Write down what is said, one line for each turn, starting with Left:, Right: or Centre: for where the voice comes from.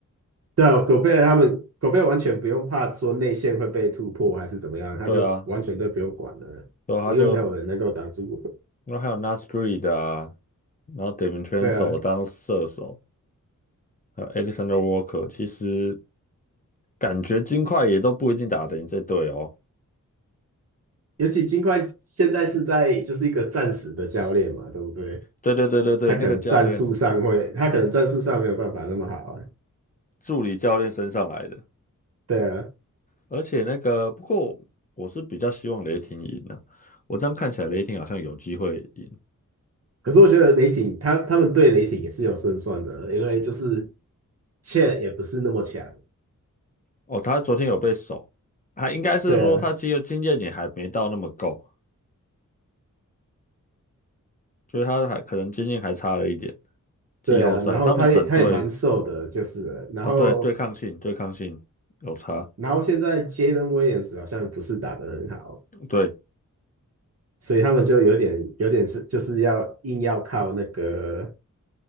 Right: 对啊，狗贝尔他们狗贝尔完全不用怕说内线会被突破还是怎么样，他就完全都不用管了，
Left: 对啊，然后他就
Right: 因为没有人能够挡住。
Left: 然后还有 Nas Reed 啊，然后 d e v i n c h a
Right: 对啊，
Left: n c e 当射手。还有 Alexander Walker，其实感觉金块也都不一定打得赢这队哦。
Right: 尤其金块现在是在就是一个暂时的教练嘛，对不对？
Left: 对对对对对，
Right: 他可能战术上会，
Left: 那个教练
Right: 他可能战术上没有办法那么好啊。
Left: 助理教练身上来的，
Right: 对啊，
Left: 而且那个不过我是比较希望雷霆赢的、我这样看起来雷霆好像有机会赢
Right: 可是我觉得雷霆他他们对雷霆也是有胜算的，因为就是 c h a 也不是那么强。
Left: 哦。他昨天有被守，还应该是说他经肉经验也还没到那么够，
Right: 对啊，
Left: 就是他还可能经验还差了一点。季后赛他们整队
Right: 对啊，然后他也他也蛮瘦的，就是了然后
Left: 啊，对对抗性对抗性有差，
Right: 然后现在 Jalen Williams 好像不是打得很好，
Left: 对
Right: 所以他们就有点有点是就是要硬要靠那个